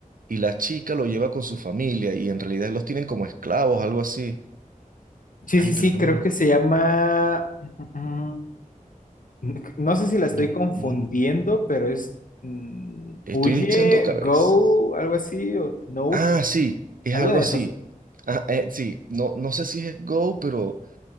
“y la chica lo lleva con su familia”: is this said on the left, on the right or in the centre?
Right